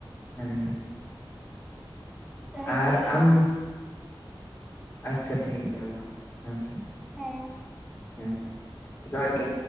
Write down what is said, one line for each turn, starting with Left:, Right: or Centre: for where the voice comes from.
Left: ᱦᱮᱸ,
Centre: ᱫᱚᱦᱚᱭ
Left: ᱟᱨ
Centre: ᱫᱟᱹᱧ
Left: ᱟᱢ ᱟᱪᱪᱷᱟ ᱴᱷᱤᱠ ᱜᱮᱭᱟ ᱢᱟ ᱦᱮᱸ ᱛᱚ
Centre: ᱦᱮᱸ
Left: ᱦᱮᱸ ᱡᱚᱦᱟᱨ ᱜᱮ᱾